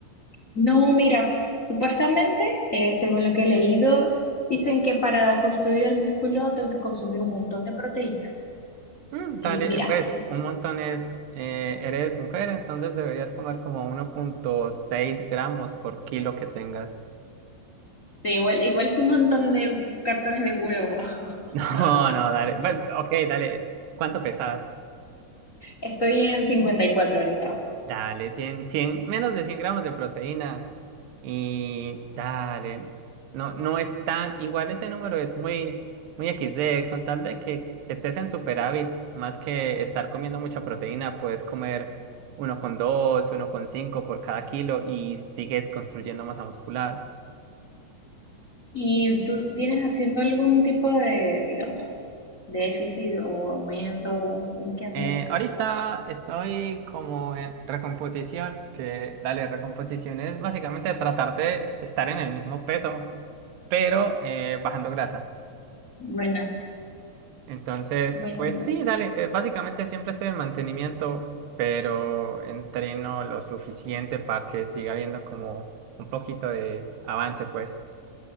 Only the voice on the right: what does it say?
Mm,
Dale,
eh, pues un montón es, eh, eres mujer, entonces deberías comer como uno punto seis gramos por kilo que tengas. <laughs>
No,
no, dale, pues ok, dale, ¿cuánto pesas?
Dale, 100, 100, menos de 100 gramos de proteína. Y dale, no, no es tan, igual ese número es muy, muy XD, con tal de que estés en superávit, más que estar comiendo mucha proteína, puedes comer uno uno con dos, uno con cinco por cada kilo y sigues construyendo masa muscular.
Eh,
ahorita estoy como en recomposición, que dale, recomposición es básicamente tratar de estar en el mismo peso, pero eh, bajando grasa.
Entonces,
pues sí, dale, eh, básicamente siempre estoy en mantenimiento, pero entreno lo suficiente para que siga habiendo como un poquito de avance, pues.